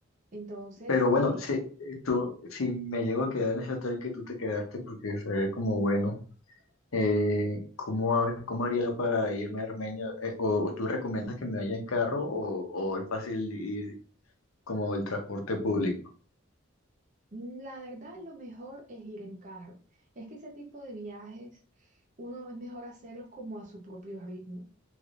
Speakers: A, on the right (about 35°); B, on the left (about 85°).
A: Entonces,
B: Pero bueno,
A: eh,
B: si, tú, si me llego a quedar en ese hotel que tú te quedaste, porque se ve como bueno, eh, ¿cómo, ha- cómo haría yo para irme a Armenia? Eh, o, o tú recomiendas que me vaya en carro o, o es fácil ir como el transporte público?
A: La verdad, lo mejor es ir en carro. Es que ese tipo de viajes, uno es mejor hacerlos como a su propio ritmo.